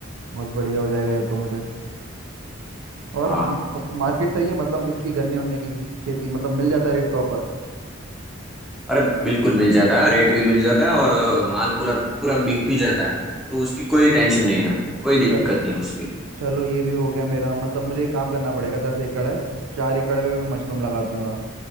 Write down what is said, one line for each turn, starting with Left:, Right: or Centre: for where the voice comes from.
Right: बहुत बढ़िया हो जाएगा ये तो मुझे और
Centre: हाँ
Right: म- तो मार्केट सही है मतलब इसकी गन्ने उन्ने की खेती मतलब मिल जाता है रेट प्रॉपर
Centre: अरे बिल्कुल मिल जाता है रेट भी मिल जाता है और अ, माल पूरा पूरा बिक भी जाता है तो उसकी कोई टेंशन नहीं है कोई दिक्कत
Right: चल
Centre: नहीं है उसकी
Right: चलो ये भी हो गया मेरा मतलब मुझे एक काम करना पड़ेगा दस एकड़ है चार एकड़ में मैं मशरूम लगा दूंगा